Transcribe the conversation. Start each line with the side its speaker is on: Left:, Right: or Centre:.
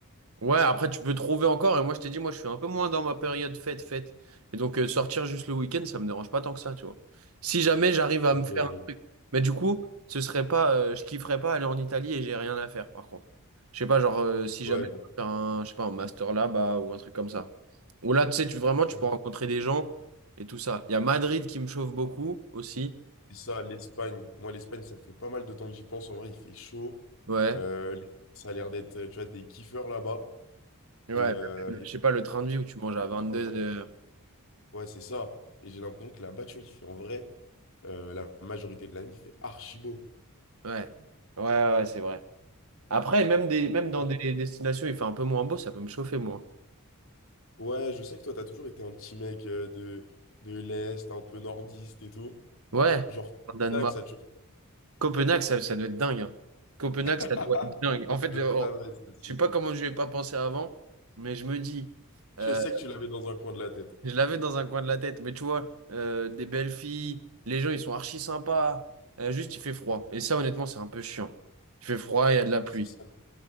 Right: Ouais, après tu peux trouver encore, et moi je t'ai dit, moi je suis un peu moins dans ma période fête, fête. Et donc euh, sortir juste le week-end, ça me dérange pas tant que ça, tu vois. Si jamais j'arrive à
Left: Ok,
Right: me faire
Left: je
Right: un
Left: vois.
Right: truc. Mais du coup, ce serait pas, euh, je kifferais pas aller en Italie et j'ai rien à faire, par contre. Je sais pas, genre euh, si
Left: Ouais,
Right: jamais je
Left: je
Right: peux faire un, je sais pas, un master là-bas ou un truc comme ça. Ou là, tu sais, tu vraiment tu
Left: vois.
Right: peux rencontrer des gens et tout ça. Il y a Madrid qui me chauffe beaucoup aussi.
Left: Et ça, l'Espagne. Moi, l'Espagne, ça fait pas mal de temps que j'y pense. En vrai, il fait chaud.
Right: Ouais.
Left: Euh, les- ça a l'air d'être, tu vois, des kiffeurs là-bas.
Right: Ouais.
Left: Et, euh, et-
Right: Je sais pas, le train de vie où tu manges à 22
Left: pour avoir-
Right: heures.
Left: Ouais, c'est ça. Et j'ai l'impression que là-bas, tu vois, il fait en vrai, euh, la majorité de l'année, il fait archi beau.
Right: Ouais. Ouais, ouais, ouais, c'est vrai. Après, même, des, même
Left: Bon.
Right: dans des destinations, il fait un peu moins beau, ça peut me chauffer, moi.
Left: Ouais, je sais que toi, t'as toujours été un petit mec euh, de, de l'Est, un peu nordiste et tout.
Right: Ouais,
Left: Genre,
Right: en Danemark.
Left: tac, ça te chauffe.
Right: Copenhague, ça, ça doit être dingue. hein. Copenhague,
Left: <laughs>
Right: ça doit être dingue. En fait,
Left: Je
Right: je oh,
Left: savais, ceci.
Right: je sais pas comment je n'ai pas pensé avant, mais je me dis, euh,
Left: Je sais que tu l'avais dans un coin de la tête.
Right: je l'avais dans un coin de la tête, mais tu vois, euh, des belles filles, les gens, ils sont archi sympas. Euh, juste, il fait froid. Et ça, honnêtement, c'est un peu chiant. Il fait froid, il y a de la pluie.
Left: C'est ça.